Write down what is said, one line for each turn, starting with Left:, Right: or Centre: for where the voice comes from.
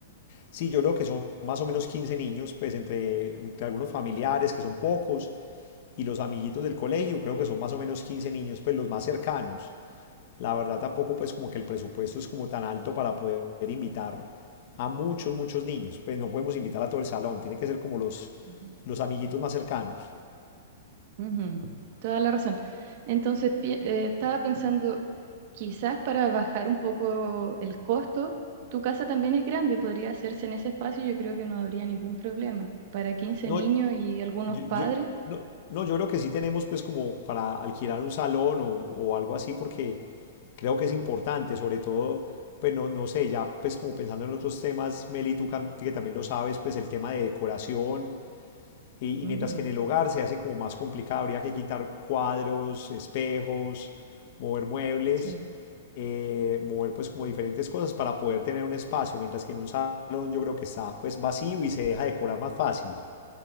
Left: Sí, yo creo que son más o menos 15 niños, pues entre, entre algunos familiares, que son pocos, y los amiguitos del colegio, creo que son más o menos 15 niños, pues los más cercanos. La verdad tampoco pues como que el presupuesto es como tan alto para poder invitar a muchos, muchos niños. Pues no podemos invitar a todo el salón, tiene que ser como los,
Right: Ujú.
Left: los amiguitos más cercanos.
Right: Ujú, Toda la razón. Entonces, pi- eh, estaba pensando, quizás para bajar un poco el costo, tu casa también es grande, podría hacerse en ese espacio, yo creo que no habría ningún problema. Para 15
Left: No,
Right: niños y algunos
Left: yo,
Right: padres,
Left: yo- no, no, yo creo que sí tenemos pues como para alquilar un salón o, o algo así porque creo que es importante, sobre todo, pues no, no sé, ya pues como pensando en otros temas, Meli, tú cam- que también lo sabes, pues el tema de decoración, Y,
Right: ujú,
Left: y mientras que en el hogar se hace como más complicado, habría que quitar cuadros, espejos, mover muebles,
Right: Sí,
Left: eh, mover pues como diferentes cosas para poder tener un espacio, mientras que en un salón yo creo que está pues vacío y se deja decorar más fácil.